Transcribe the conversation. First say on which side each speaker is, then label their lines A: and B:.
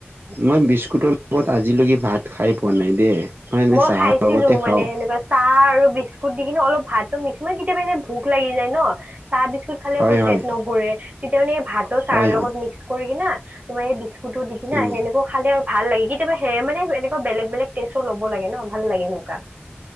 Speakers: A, on the right; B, on the right.
A: মই বিস্কুটৰ লগত আজিলৈকে ভাত খাই পোৱা নাই দেই এনে
B: মই
A: চাহৰ
B: খাইছিলো
A: লগতে খাওঁ।
B: মানে সেনেকুৱা চাহ আৰু বিস্কুট দি কিনে অলপ ভাতটো মিক্স ম কেতিয়াবা এনে ভোক লাগি যায় ন চাহ বিস্কুট খালি
A: হয়
B: অকল পেট
A: হয়,
B: নভৰে তেতিয়া মানে এই ভাত আৰু চাহৰ
A: হয়
B: লগত
A: হয়,
B: মিক্স কৰি কিনা তোমাৰ এই বি্ কুতো দি কি না
A: উম।
B: সেনেকে খালে আৰু ভাল লাগে কেতিাবা সে মানে এনেকুৱা বেগ বেলেগেৰ হব লাগে ন ভাল লাগে এনেুৱা